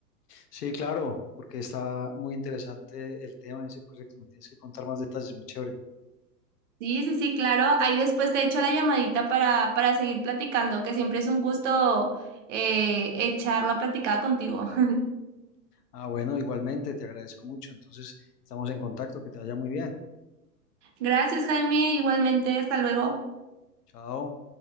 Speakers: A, on the left (about 70°); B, on the right (about 50°).
A: Sí, claro, porque está muy interesante el tema de ese proyecto, me tienes que contar más detalles, muy chévere.
B: Sí, sí, sí, claro. Ahí después te echo la llamadita para, para seguir platicando, que siempre es un gusto eh, echar la platicada contigo. <laughs>
A: Ah, bueno, igualmente, te agradezco mucho, entonces estamos en contacto, que te vaya muy bien.
B: Gracias, Jaime. Igualmente, hasta luego.
A: Chao.